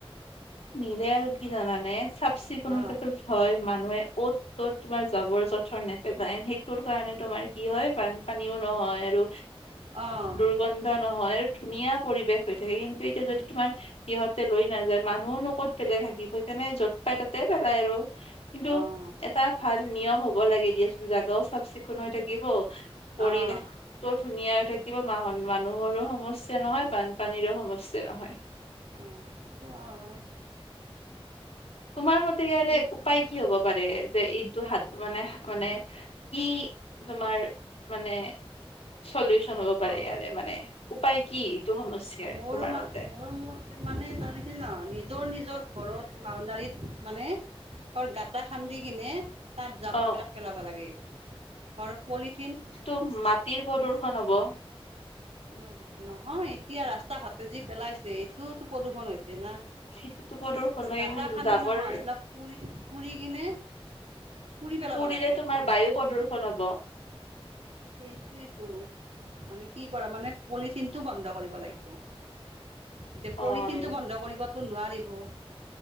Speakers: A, on the left; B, on the right.
A: নিজে আৰু কি জানানে চাফ চিকুণতাটো
B: অঁ
A: ভয় মানুহে অত ত'ত তোমাৰ যাবৰ যথৰ নে সেইটোৰ কাৰণে তোমাৰ কি হয় বানপানীও নহয় আৰু
B: অঁ
A: দুৰ্গন্ ন্ধ নহয় আৰু ধুনীয়া পৰিৱেশ হৈ থাকে কিন্তু এতিয়া যদি তোমাৰ সিহঁতে লৈ নাযায় মানুহো ন ক'ত পেলাই থাকিব সেইকাৰণে য'ত পাই ততে পেলাই আৰু কিন্তু
B: অঁ
A: এটা ভাল নিয়ম হব লাগে দিয়াচোন জাগাও চাফ চিকুণ হৈ থাকিব পৰিৱেশ
B: অঁ
A: ত ধুনীয়া হৈ থাকিব মাহ মানুহৰো সমস্যা নহয় বানপানীৰো সমস্যা নহয়
B: অ সেইটো হয়
A: তোমাৰ মতে ইয়াৰে
B: কিন্তু
A: উপায় কি হব পাৰে যে এইটো হাত মানে মানে কি তোমাৰ মানে চলিউচন হব পাৰে
B: অঁ
A: ইয়াৰে মানে উপায় কি এইটো সমস্যাৰ
B: মোৰ
A: তোমাৰ
B: মান
A: মতে
B: মোৰ মতে মানে তাৰমানে কি জানা নিজৰ নিজৰ ঘৰত বাওনডাৰীত মানে অৰ গাটা খান্দি কিনে তাত জাবৰ
A: অ
B: বিলাক পেলাব লাগে ঘৰত পলিথিন
A: টো মাটিৰ প্ৰদূষণ হ'ব
B: নহ নহয় এতিয়া ৰাস্তা ঘাটে যি পেলাইছে এইটোতো প্ৰদূষণ হৈছে না
A: সেইটোতো প্ৰদূৰ্ষণ
B: গাতা খান্দি
A: জাবৰ
B: নহয় এইবিলাক পুৰি পুৰি কিনে পুৰি পেলাব
A: পুৰিলে
B: লাগে
A: তোমাৰ বায়ু প্ৰদূষণ হব
B: সেইটোয়েতো মানে কি কৰা মানে পলিথিনটো বন্ধ কৰিব লাগিব এতিয়া
A: হয়
B: পলথিনটো বন্ধ কৰিবতো নোৱাৰিব